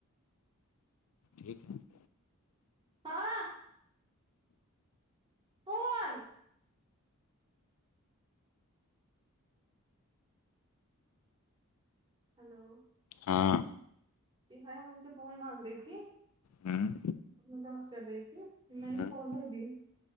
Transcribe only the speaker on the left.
ٹھیک ہے <unintelligible>
ہاں
ہوں
ہوں